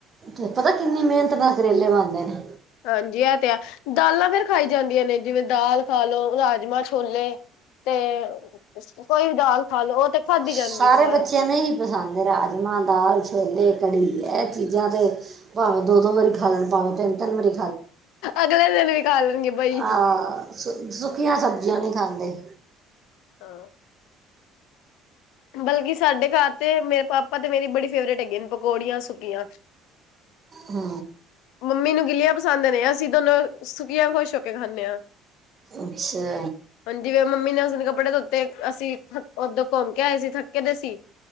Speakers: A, on the right; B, on the left.
A: ਪਤਾ, ਕਿੰਨੀ ਮਿਹਨਤ ਨਾਲ ਕਰੇਲੇ ਬਣ ਦੇ ਨੇ।
B: ਹਾਂਜੀ ਇਹ ਤੇ ਆ, ਦਾਲਾਂ ਫੇਰ ਖਾਈ ਜਾਂਦੀਆਂ ਨੇ, ਜਿਵੇਂ ਦਾਲ ਖਾਲੋ, ਰਾਜਮਾਂਹ, ਛੋਲੇ ਤੇ ਕੋਈ ਵੀ ਦਾਲ ਖਾਲੋ, ਉਹ ਤੇ ਖਾਧੀ
A: ਸਾਰੇ
B: ਜਾਂਦੀ ਦੁਬਾਰਾ।
A: ਬੱਚਿਆਂ ਨੂੰ ਹੀ ਪਸੰਦ ਰਾਜਮਾਂਹ, ਦਾਲ, ਛੋਲੇ, ਕੜੀ ਏਹ ਚੀ ਜਾਂ ਤਾਂ ਭਾਵੇਂ, ਦੋ ਦੋ ਵਾਰੀ ਖਾ ਲੈਣ, ਭਾਵੇਂ ਤਿੰਨ ਵਾਰੀ
B: ਅਗਲੇ ਦਿਨ ਵੀ ਖਾ ਲੈਣਗੇ ਬਈ,
A: ਆਹ ਸੁ, ਸੁਕੀਆਂ ਸਬਜ਼ੀਆਂ ਨਹੀਂ ਖਾਂਦੇ।
B: ਹਾਂ। ਬਲਕਿ ਸਾਡੇ ਘਰ ਤੇ, ਮੇਰੇ ਪਾਪਾ ਤੇ ਮੇਰੀ ਬੜੀ ਫੇਵਰੇਟ ਹੈਗੀ ਨੇ ਪਕੌੜੀਆਂ ਸੁੱਕੀਆਂ। <inaudible>
A: ਹੂ।
B: ਮੰਮੀ ਨੂੰ ਗਿੱਲੀਆਂ ਪਸੰਦ ਨੇ, ਅਸੀਂ ਦੋਨੋਂ ਸੁੱਕੀਆਂ ਖੁਸ਼ ਹੋ ਕੇ ਖਾਂਦੇ ਹਾਂ।
A: ਅੱਛਾ।
B: ਹ ਜਿਵੇਂ ਮੰਮੀ ਨੇ ਉਸ ਦਿਨ ਕੱਪੜੇ ਧੋਤੇ, ਅਸੀਂ ਓਦੋਂ ਘੁੰਮ ਕੇ ਆਏ ਸੀ, ਥੱਕੇ ਦੇ ਸੀ